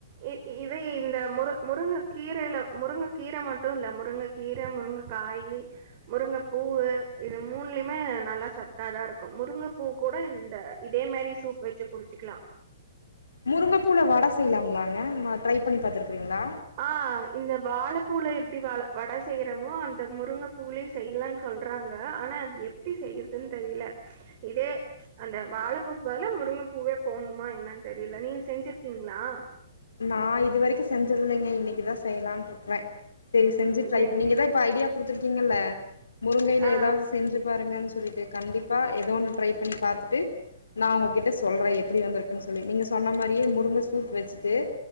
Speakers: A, on the right (about 45°); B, on the left (about 80°).
A: இ இது இந்த முரு முருங்க கீரைல முருங்க கீர மட்டுல்ல முருங்கக்கீரை முருங்க காயி முருங்கப்பூவு இது மூண்லயுமே நல்லா சத்தாதாருக்கும் முருங்கப்பூ கூட இந்த இதே மாரி சூப் வச்சி குடிச்சிக்லாம்.
B: முருங்கப்பூள வட செய்லாங்களாங்க. ட்ரைப்பண்ணி பாத்திருக்றிங்ளா.
A: ஆஹ்ன் இந்த வாழப்பூல எப்டி வாழ வட செய்யறமோ அந்த முருங்கப்பூலயு செய்யலன்னு சொல்றாங்க ஆனா அது எப்டி செய்யிறதுன்னு தெரியல இதே அந்த வாழப்பூக் பதிலா, முருங்கப்பூவே போட்ணுமா என்னன்னு தெரில நீங் செஞ்சிர்க்கிங்ளா.
B: நா இது வரிக்கும் செஞ்சதில்லைங்க இன். னக்கு தா செய்லான்ட்ருக்க வேன் செரி செஞ்சு ட்ரைப்
A: சரி
B: நீங்கதா
A: சரி
B: இப்ப ஐடியா குடுத்ருக்கீங்கல்ல. முருங்கயில
A: ஆ
B: எதாவது செஞ்சு பாருங்கன் சொல்லிட்டு. கண்டிப்பா ஏதோன்னு ட்ரைப் பண்ணி பாத்திட்டு நான் உங்ககிட்ட சொல்றன் எப்டி வந்திருக்ன் சொல்லி நீங்க சொன்ன மாரியே முருங்க சூப் வச்சி. த்தே.